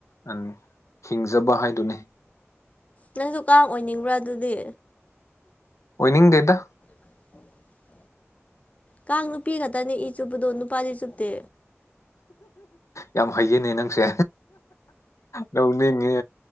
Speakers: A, on the left; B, on the left.
A: ꯎꯝ ꯍꯤꯡꯖꯕ ꯍꯥꯏꯗꯨꯅꯤ
B: ꯅꯪꯁꯨ ꯀꯥꯡ ꯑꯣꯏꯅꯤꯡꯕ꯭ꯔꯥ ꯑꯗꯨꯗꯤ
A: ꯑꯣꯏꯅꯤꯡꯗꯦꯗ
B: <inaudible> ꯀꯥꯡ ꯅꯨꯄꯤ ꯉꯥꯛꯇꯅꯦ ꯏ ꯆꯨꯞꯄꯗꯣ ꯅꯨꯄꯥꯗꯤ ꯆꯨꯞꯇꯦ
A: ꯌꯥꯝ ꯍꯩꯌꯦꯅꯦ ꯅꯪꯁꯦ ꯅꯣꯛꯅꯤꯡꯉꯦ